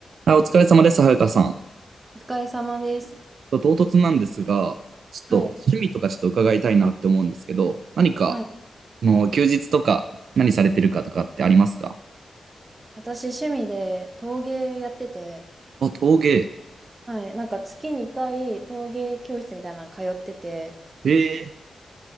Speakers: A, on the right (about 80°); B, on the right (about 25°).
A: あ、お疲れ様です、はるかさん。
B: お疲れ様です。
A: と唐突なんですが、ちょっと趣味とかちょっと伺いたいなって思うんですけど、
B: はい。
A: 何か、
B: はい。
A: あの休日とか何されてるかとかってありますか
B: 私、趣味で陶芸やってて、
A: あ、陶芸。
B: はい。なんか月2回陶芸教室みたいなの通ってて、
A: へえ。